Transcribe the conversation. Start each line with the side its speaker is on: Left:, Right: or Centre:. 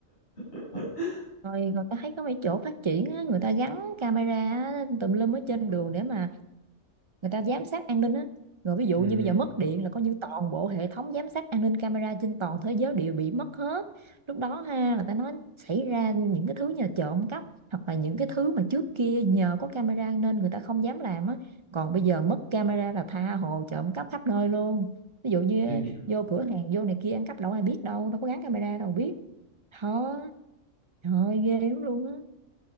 Left: <laughs>
Right: ừ. rồi người ta thấy có mấy chỗ phát triển á, người ta gắn camera á, tùm lum ở trên đường để mà người ta giám sát an ninh á rồi ví dụ
Left: Ừm,
Right: như bây giờ mất điện là coi như toàn bộ hệ thống giám sát an ninh camera trên toàn thế giới đều bị mất hết lúc đó ha là ta nói xảy ra những cái thứ nhờ trộm cắp hoặc là những cái thứ mà trước kia nhờ có camera nên người ta không dám làm á còn bây giờ mất camera là tha hồ trộm cắp khắp nơi luôn ví dụ như
Left: chứ gì
Right: vô cửa hàng vô này kia ăn cắp đâu ai biết đâu đâu có gắn camera đâu biết Thôi, trời ơi, ghê lắm luôn á